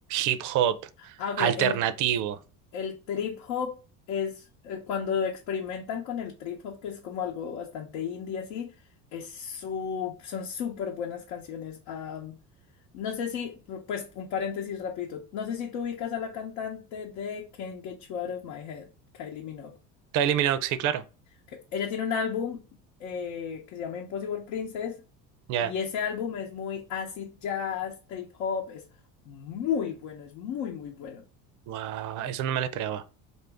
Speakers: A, on the right; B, on the left.
A: hip hop,
B: Ah, ok,
A: alternativo.
B: el, el trip hop es eh, cuando experimentan con el trip hop, que es como algo bastante indie así, es su- son súper buenas canciones. Am, no sé si, pu- pues un paréntesis rapidito, no sé si tú ubicas a la cantante de Can't Get You Out of My Head, Kylie Minogue.
A: Kylie Minogue, sí, claro.
B: Que Ella tiene un álbum eh, que se llama Impossible Princess
A: Ya.
B: y ese álbum es muy acid jazz, trip hop, es muy bueno, es muy, muy bueno.
A: Guau, eso no me lo esperaba.